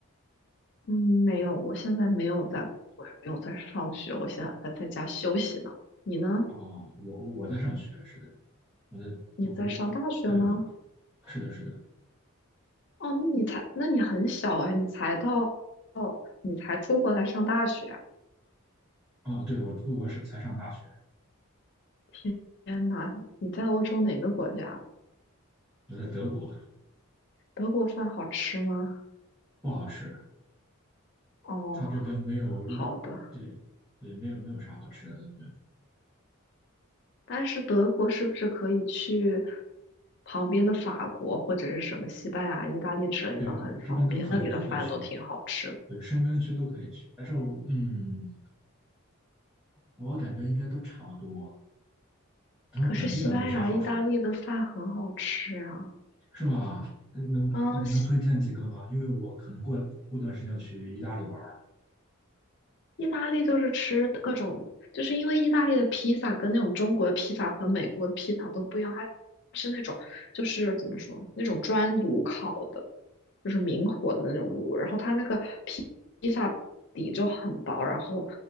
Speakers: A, on the left (about 50°); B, in the centre.
A: 嗯，没有，我现在没有在工作，也没有在上学，我现在在在家休息呢。你呢？
B: 哦，我我在上学，是的，我在读，
A: 你在上大学吗？
B: 对，我是的，是的。
A: 哦，那你才，那你很小哎，你才到，你才出国来上大学啊。
B: 哦，对，我出国士才上大学，
A: 天天呐，你在欧洲哪个国家？
B: 我在德国，
A: 德国饭好吃吗？
B: 不好吃，
A: 哦，
B: 他这边没有日，
A: 好的。
B: 对对，没有没有啥好吃的感觉。
A: 但是德国是不是可以去旁边的法国或者是什么西班牙、意大利之类的，
B: 对，
A: 很方便，
B: 我这边都可以都可以去嘛，
A: 那里的饭都挺好吃的。
B: 对，申根区都可以去。但是我嗯，我感觉应该都差不多，他们本地的没啥好吃的。
A: 可是西班牙、意大利的饭很好吃呀、
B: 是吗？嗯能您能推荐几个吗？
A: 嗯，西
B: 因为我可能过过段时间要去意大利玩儿，
A: 意大利就是吃各种，就是因为意大利的披萨跟那种中国的披萨和美国的披萨都不一样，它是那种就是怎么说，那种专炉烤的。就是明火的那种炉，然后它那个披披萨底就很薄，然后